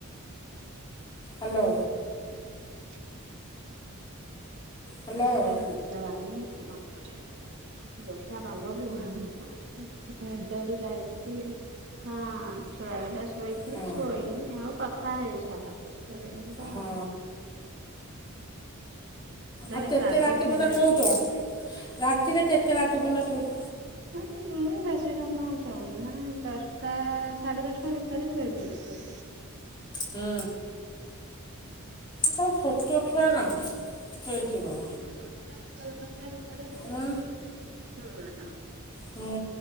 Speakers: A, on the left; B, on the right.
A: ହାଲୋ
B: <unintelligible>
A: ହ୍ୟାଲୋ
B: ଆଁେି <inaudible> ମତେ ବି ଚିନି ବର୍ଷା ପାଗକୁ- <unintelligible> ନିଦ ବି ଲାଗୁଛି ହଁ ଛୁଆ ଟା ଶୋଇକି
A: ହଁ
B: ଶୋଇନି ଆଉ କଥା- ଥା ହେଇସାର ସେଇତ
A: ହଁ
B: ଆଉ। ଧରେ
A: ଆଉ ତତେ
B: ପାଗକୁ
A: ରାତି ପର୍ଯ୍ୟନ୍ତ
B: ନିଦ
A: ଚଉଛ ରାତିରେ କେତେ ରାତି ପର୍ଯ୍ୟନ୍ତ ଶୋଉଛ!
B: ହ ମୁ ବେଶୀ ସମୟ ଶୋଉନି ମାନେ ଦଶଟା- ସାଢେ ଦଶଟା ଭିତରେ ଶୋଇ ପଡୁଛି।
A: ହୁଁ ତାର ଛୋଟ ଛୁଆ ନା ଶଇଥିବ।
B: ହଁାର <inaudible>
A: ମାନେ ହୁଁ